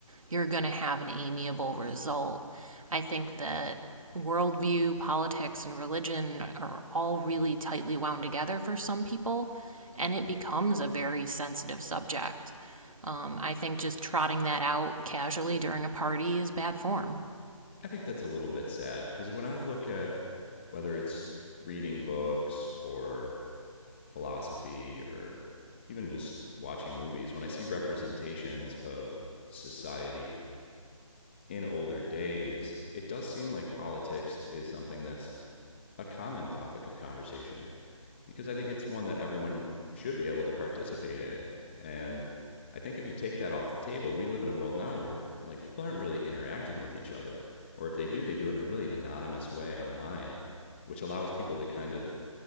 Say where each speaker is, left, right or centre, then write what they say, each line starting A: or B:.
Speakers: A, on the right; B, on the left.
A: you're going to have an amiable result. I think that worldview, politics, and religion are all really tightly wound together for some people, and it becomes a very sensitive subject. Um, I think just trotting that out casually during a party is bad form.
B: I think that's a little bit sad because when I look at whether it's reading books or philosophy or even just watching movies, when I see representations of society in older days, it does seem like politics is something that's a common topic of conversation because I think it's one that everyone should be able to participate in. And I think if you take that off the table, we live in a world now where like people aren't really interacting with each other, or if they do, they do it in a really anonymous way online, which allows people to kind of